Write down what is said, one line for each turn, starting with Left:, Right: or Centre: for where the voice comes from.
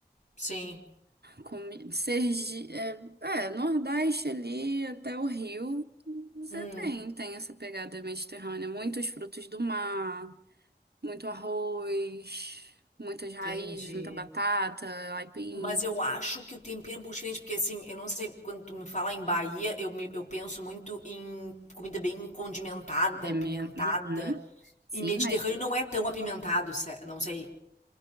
Left: sim.
Right: comi Sergi, é, é, Nordeste ali até o Rio, você
Left: Hum,
Right: tem, tem essa pegada mediterrânea, muitos frutos do mar. Muito arroz, muitas raízes,
Left: entendi.
Right: muita batata, aipim,
Left: Mas eu acho que o tempero é um pouco diferente, porque assim, eu não sei, quando tu me fala em Bahia, eu, me, eu penso muito em comida bem condimentada,
Right: pimenta.
Left: apimentada.
Right: Uhum. Sim,
Left: E Mediterrâneo
Right: mas
Left: não é tão apimentado, se- não sei.